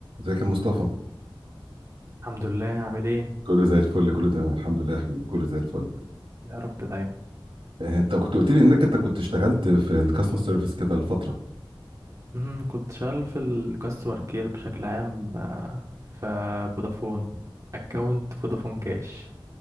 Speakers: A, on the right; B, on the right.
A: ازيك يا مصطفى
B: الحمد لله عامل ايه
A: كله زي الفل كله تمام الحمد لله يا حبيبي كله زي الفل
B: يا رب دايما
A: آه، انت كنت قلت لي انك انت كنت اشتغلت في الكاستمر سيرفيس كده لفتره
B: امم كنت شغال في الكاستمر كير بشكل عام آه، في فودافون اكونت فودافون كاش